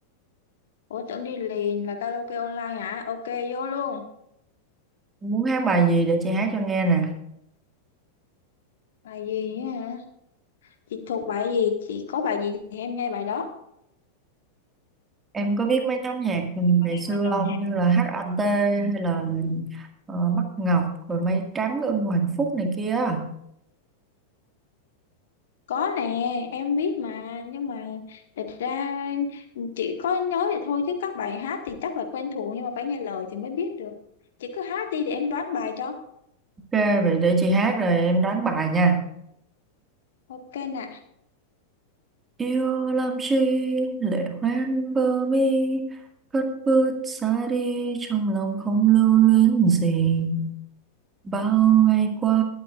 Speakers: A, on the left; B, on the right.
A: Ủa tưởng đi liền là karaoke online hả? Ok, vô luôn.
B: Muốn hát bài gì để chị hát cho nghe nè.
A: Bài gì á hả? Chị thuộc bài gì? Chị có bài gì thì em nghe bài đó.
B: Em có biết mấy nhóm nhạc ngày
A: Có biết
B: xưa
A: mấy nhóm
B: không?
A: nhạc
B: Như là HAT hay là ờ, Mắt Ngọc, rồi Mây Trắng, Ưng Hoàng Phúc này kia. Ok,
A: Có nè, em biết mà. Nhưng mà thật ra chỉ có nói thì thôi chứ các bài hát thì chắc là quen thuộc nhưng mà phải nghe lời thì mới biết được. Chị cứ hát đi để em đoán bài cho.
B: vậy để chị hát rồi em đoán bài nha.
A: Ok nè.
B: Yêu làm chi lệ hoen bờ mi cất bước xa đi trong lòng không lưu luyến gì bao ngày qua